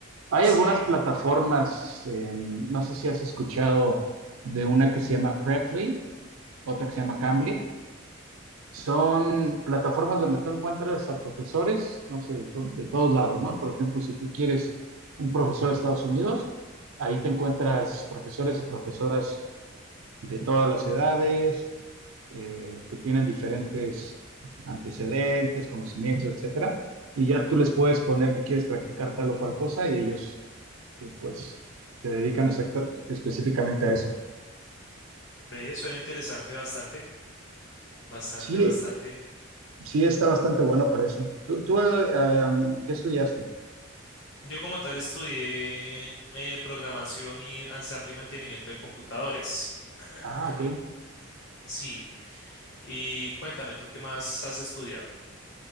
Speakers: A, on the right (about 85°); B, on the left (about 55°).
A: Hay
B: Sí,
A: algunas plataformas, eh, no sé si has escuchado de una que se llama Preply, otra que se llama Cambly. Son plataformas donde tú encuentras a profesores, no sé, de, to- de todos lados, ¿no? Por ejemplo, si tú quieres un profesor de Estados Unidos, ahí te encuentras profesores y profesoras de todas las edades eh, que tienen diferentes antecedentes, conocimientos, etcétera, y ya tú les puedes poner que quieres practicar tal o cual cosa y ellos eh, pues se dedican exacta- específicamente a eso.
B: ve, suena interesante bastante, bastante,
A: Sí,
B: bastante.
A: sí está bastante bueno para eso. ¿Tú, tú, eh, um, qué estudiaste?
B: Yo como tal estudié eh, programación y ensamble y mantenimiento de computadores. <clears throat>
A: Ah, ok.
B: Sí, y cuéntame, ¿tú qué más has estudiado?